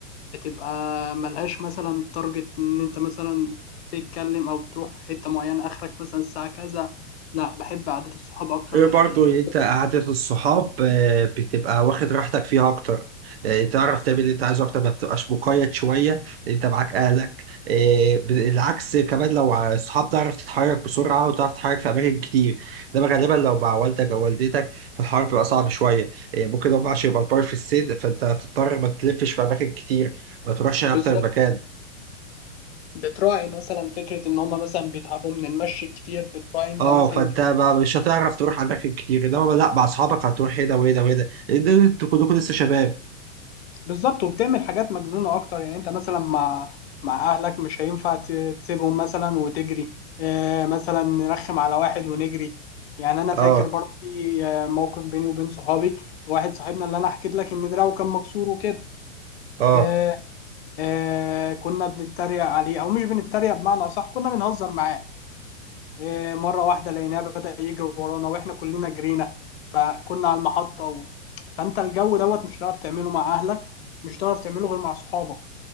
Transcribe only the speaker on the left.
بتبقى ملهاش مثلا تارجت ان انت مثلا تتكلم او تروح في حته معينه اخرك مثلا الساعه كذا لا بحب عادات الصحاب اكتر
من
العائله
بالظبط
بتراعي مثلا فكرة إن هما مثلا بيتعبوا من المشي كتير بتراعي أنت
مثلا
بالظبط وبتعمل حاجات مجنونة أكتر يعني أنت مثلا مع مع أهلك مش هينفع ت- تسيبهم مثلا وتجري آه مثلا نرخم على واحد ونجري يعني أنا
فاكر برضه في آه، موقف بيني وبين صحابي واحد صاحبنا اللي أنا حكيت لك إن دراعه كان مكسور وكده
آه آه كنا بنتريق عليه أو مش بنتريق بمعنى أصح كنا بنهزر معاه إيه، مرة واحدة لقيناه بدأ يجري ورانا واحنا كلنا جرينا فكنا على المحطة و... فانت الجو دوت مش هتعرف تعمله مع اهلك مش هتعرف تعمله غير مع صحابك